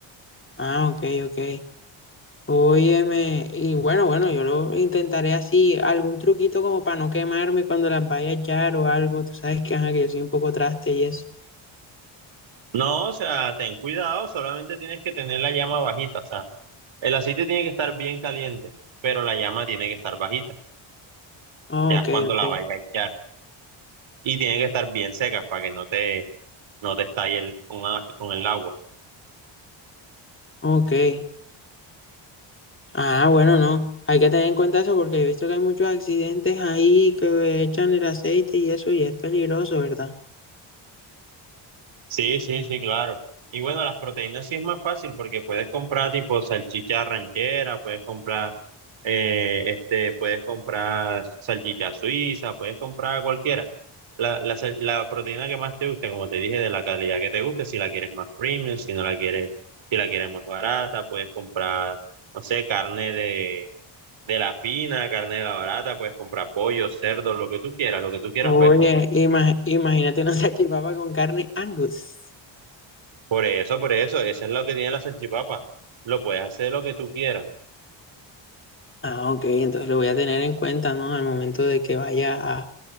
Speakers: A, on the left; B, on the right.
A: Ah, ok, ok. Óyeme, y bueno, bueno, yo lo intentaré así, algún truquito como para no quemarme cuando las vaya a echar o algo. Tú sabes que, ajá, que yo soy un poco traste y eso.
B: No, o sea, ten cuidado, solamente tienes que tener la llama bajita, o sea, el aceite tiene que estar bien caliente, pero la llama tiene que estar bajita,
A: Ah,
B: ya
A: ok,
B: es cuando
A: ok,
B: la vayas a echar. Y tiene que estar bien seca para que no te, no te estalle el- con, a- con el agua.
A: ok. Ah, bueno, no. Hay que tener en cuenta eso porque he visto que hay muchos accidentes ahí que echan el aceite y eso y es peligroso, ¿verdad?
B: Sí, sí, sí, claro. Y bueno, las proteínas sí es más fácil porque puedes comprar tipo salchicha ranchera, puedes comprar, eh, este, puedes comprar salchicha suiza, puedes comprar cualquiera. La, la, sal- la proteína que más te guste, como te dije, de la calidad que te guste, si la quieres más premium, si no la quieres, si la quieres más barata, puedes comprar, no sé, carne de, de la fina, carne de la barata, puedes comprar pollo, cerdo, lo que tú quieras, lo que tú quieras
A: Oye,
B: puedes comprar.
A: ima- imagínate una <laughs> salchipapa con carne Angus.
B: Por eso, por eso, eso es lo que tiene la salchipapa. Lo puedes hacer lo que tú quieras.
A: Ah, ok, entonces lo voy a tener en cuenta, ¿no? Al momento de que vaya a,